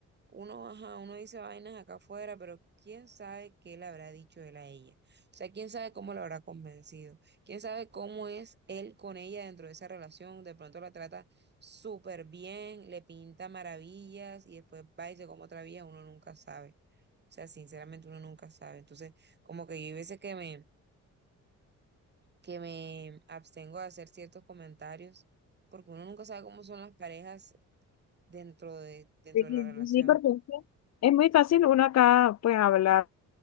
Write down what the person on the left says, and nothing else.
Sí,
sí, porque es que es muy fácil uno acá pues hablar